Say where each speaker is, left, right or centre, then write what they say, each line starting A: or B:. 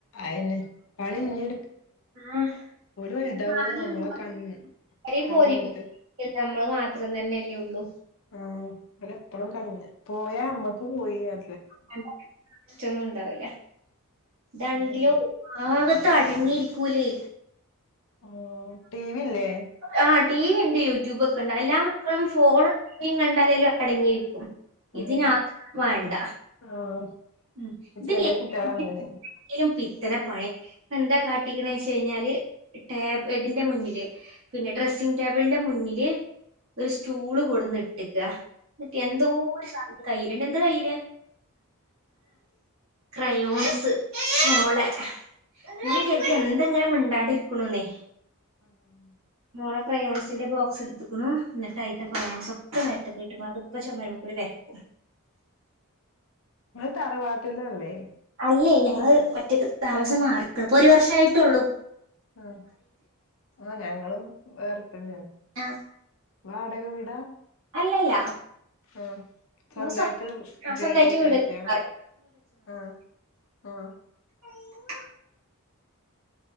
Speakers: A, on the left; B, on the right.
A: ആഹന്നെ പണിഞ്ഞു
B: ആ
A: വലുതാവോളം
B: മ് ആരെയും
A: നമ്മളെ
B: ബോധി
A: കൺ
B: <unintelligible> ആരെയുംബോധിപ്പിക്ക
A: കൺമുറ്റ്
B: <unintelligible> ണ്ട മ്മള് മാത്രം തന്നെല്ലേള്ളൂ
A: ആ ഓലപ്പളും കണ്ണ് പോയ അമ്മക്ക് പോയി അ
B: <unintelligible> റ്റൊന്നുംണ്ടാവൂല ഇതാണെങ്കിലോ
A: അതന്നെ
B: ഒരു ഭാഗത്ത് അടങ്ങിരിക്കൂലെ.
A: ആ ടീവില്ലേ
B: ആ ടി വിണ്ട് യൂട്യൂബക്കെണ്ട് എല്ലാ മക്കളും ഫോണും ടിം വി കണ്ടാലേലും അടങ്ങിയിരിക്കും. ഇതിനതുംവേണ്ട
A: ഉം ആഹ്
B: <unintelligible>
A: ചെലെ കുട്ടികള് അങ്ങനെ
B: പി തന പഴേ എന്താകാട്ടീക്ണ്‌ ചെല് ടേപ് തിന്റെ മുന്നില് പിന്നെ ഡ്രസ്സ് സി ടേബിളിന്റെ മുന്നില് ഒരു സ്റ്റൂള് കൊടുന്ന് ഇട്ടക്ക എന്തോ കയ്യിലണ്ട് എന്താ കയ്യില് ക്രയോൺസ് മോളെ ൻ ച എന്തെങ്ങനെ മണ്ടാണ്ട ഇരിക്കണന്നേ
A: <unintelligible>
B: ഓള ക്രയോൺസിന്റെ ബോക്സ് എടുക്കുന്നു എന്നിട്ട് അത്തെ രയോൺസ് ഒക്കെ നേരത്ത് കട്ട് അത്പ്പം ചുമര കൂടി വരക്കും.
A: ങ്ങ തറവാട്ടിലല്ലേ
B: അല്ലേ ഞങ്ങള്
A: ആഹ്
B: മറ്റേ താമസം മാറിക്കണ്‌ ഇപ്പൊ ഒരു വർഷയിട്ടള്ളൂ.
A: ആ ആ ഞങ്ങളും വേറെ തന്നെ
B: ആഹ
A: വാടക വീടാ
B: അല്ലല്ല
A: ആ സ്വന്തമായിട്ട്
B: ഞങ്ങള് സ്വ
A: ഇത്
B: ആഹ്
A: ചെയ്ത്
B: സ്വന്തായിട്ട് വീട്
A: കറ്റിയ
B: വെച്ച് മാറി
A: ആ ആ
B: ഉ